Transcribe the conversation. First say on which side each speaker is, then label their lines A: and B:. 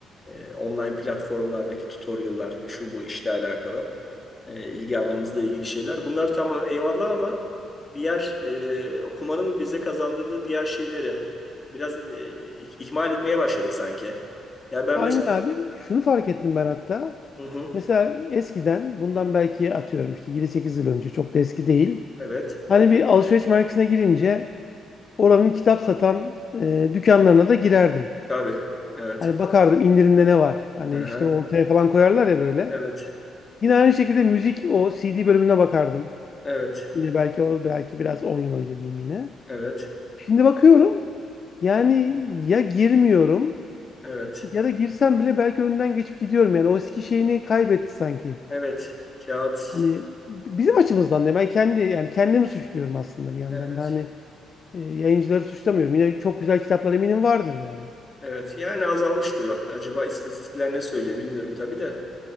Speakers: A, on the left; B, on the left.
A: e, online platformlardaki tutorial'lar, şu bu işle alakalı e, ilgi alanımızla ilgili şeyler. Bunlar tamam eyvallah ama diğer e, okumanın bize kazandırdığı diğer şeyleri biraz e, ihmal etmeye başladık sanki. Ya ben
B: Aynen
A: mesela...
B: abi. Şunu fark ettim ben hatta.
A: Hı hı,
B: Mesela eskiden bundan belki atıyorum işte 7-8 yıl önce çok da eski değil.
A: evet,
B: Hani bir alışveriş merkezine girince oranın kitap satan e, dükkanlarına da girerdim.
A: tabii, evet.
B: Hani bakardım indirimde ne var. Hani
A: Aha,
B: işte ortaya falan koyarlar ya böyle.
A: evet,
B: Yine aynı şekilde müzik o CD bölümüne bakardım.
A: evet,
B: Yine belki o belki biraz 10 yıl önce diyeyim yine.
A: evet.
B: Şimdi bakıyorum yani ya girmiyorum
A: Evet.
B: Ya da girsem bile belki önünden geçip gidiyorum yani. O eski şeyini kaybetti sanki.
A: Evet. Kağıt.
B: Hani bizim açımızdan da ben kendi yani kendimi suçluyorum aslında bir yandan
A: Evet.
B: da hani e, yayıncıları suçlamıyorum. Yine çok güzel kitaplar eminim vardır yani.
A: Evet. Yani azalmıştır. Acaba istatistikler ne söylüyor bilmiyorum tabii de.